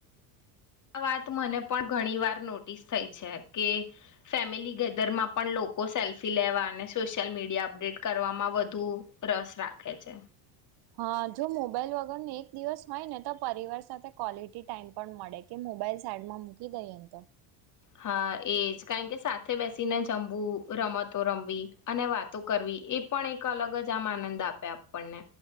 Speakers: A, on the left; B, on the right.
A: આ વાત મને પણ ઘણી વાર નોટિસ થઈ છે કે ફેમિલી ગેધરમાં પણ લોકો સેલ્ફી લેવા અને સોશિયલ મીડિયા અપડેટ કરવામાં વધુ રસ રાખે છે.
B: હા જો મોબાઈલ વગર ન એક દિવસ હોય ને તો પરિવાર સાથે ક્વોલિટી ટાઈમ પણ મળે કે મોબાઈલ સાઈડમાં મૂકી દઈએને તો.
A: હા એજ કારણ કે સાથે બેસીને જમવું રમતો રમવી અને વાતો કરવી એ પણ એક અલગ જ આમ આનંદ આપે આપણને.